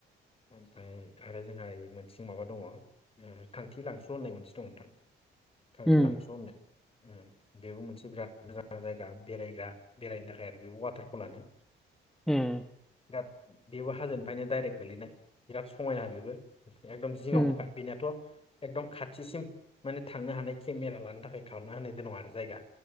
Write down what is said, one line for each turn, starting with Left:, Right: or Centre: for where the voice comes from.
Left: ओमफाय आरो जोंहा मोनसे माबा दङ ओ थांथि लांस' होननाय मोनसे दं नोंथां। थांथि
Centre: उम
Left: लांस' होननाय उम बेबो मोनसे बिराद मोजां जायगा बेरायग्रा बेरायनो थाखाय आरो बेबो वाटारफलानो।
Centre: उम
Left: बिराद बेबो हाजोनिफ्रायनो डाइरेक्ट गोलैनाय बिराद समायना बेबो। एकदम जिङावनोखा
Centre: उम
Left: बिनियाथ' एकदम खाथिसिम माने थांनो हानाय केमेरा लानो थाखाय खालामना होनाय दङ आरो। जायगा